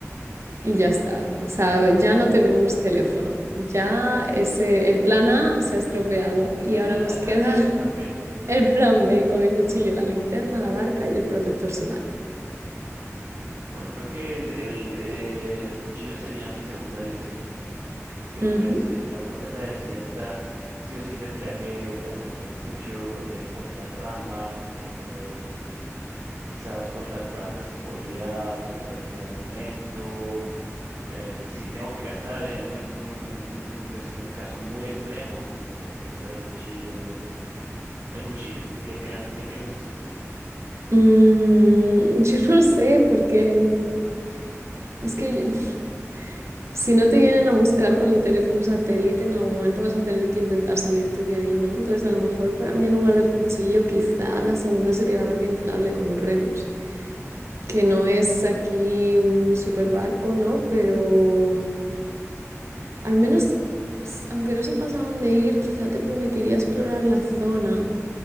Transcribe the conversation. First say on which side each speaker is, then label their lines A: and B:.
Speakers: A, on the right; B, on the right.
A: Ok,
B: Y
A: eso
B: ya está.
A: el tiempo
B: O
A: es
B: sea,
A: limitado.
B: ya no tenemos teléfono. Ya
A: Ok.
B: ese, el plan A se ha estropeado y ahora
A: <laughs>
B: nos queda
A: Ok, plan
B: <laughs>
A: B.
B: el plan B con el cuchillo, la linterna, la barca y el protector solar.
A: Bueno, creo que el, el, eh, el cuchillo sería mi segunda elección. porque
B: Ujú.
A: pues eh, estando en una isla desierta, sí o sí tendría que hacer un refugio, tendría que cortar ramas, tendría que eh, em, eh, quizás cortar plantas que podría convertir en alimento. Eh, si tengo que cazar en un, un- un- pues en un caso muy extremo, mm, tendré que usar el cuchillo. Entonces, el cuchillo, ¿qué piensas, qué piensas tú?
B: Mm, <laughs> yo no sé, porque mm, es que <laughs> si no te vienen a buscar con el teléfono satélite, en algún momento vas a tener que intentar salir tú de ahí, ¿no? Entonces, a lo mejor para mí en lugar del cuchillo, quizá la segunda sería la barca inflable con remos. que no es aquí un super barco, ¿no? Pero mm, al menos, s- aunque no sepas a dónde ir, quizá te permitiría explorar la zona.